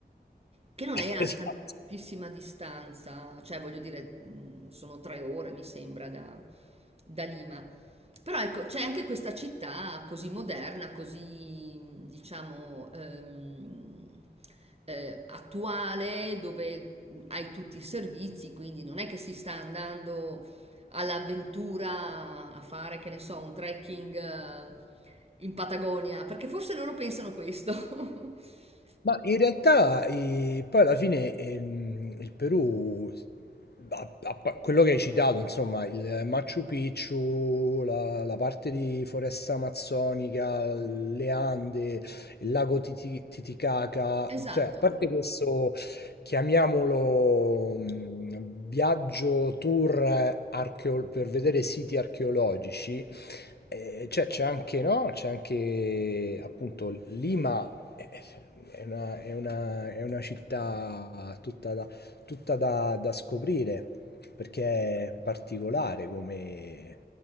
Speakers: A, on the right; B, on the left.
A: che non
B: <laughs>
A: è a
B: Esatto.
A: tantissima distanza, cioè voglio dire, mh, sono tre ore mi sembra da, da Lima. Però ecco, c'è anche questa città così moderna, così diciamo ehm, eh, attuale, dove hai tutti i servizi, quindi non è che si sta andando all'avventura a fare, che ne so, un trekking eh, in Patagonia, perché forse loro pensano questo. <laughs>
B: Ma in realtà eh, poi alla fine ehm, il Perù, a- a pa- quello che hai citato, insomma, il Machu Picchu, la, la parte di foresta amazzonica, le Ande, il lago Titi- Titicaca,
A: Esatto.
B: cioè a parte questo, chiamiamolo mm, viaggio tour archeo- per vedere siti archeologici, eh, c'è c'è anche, no? C'è anche appunto Lima è è una, è una- è una città tutta da, tutta da- da scoprire perché è particolare come,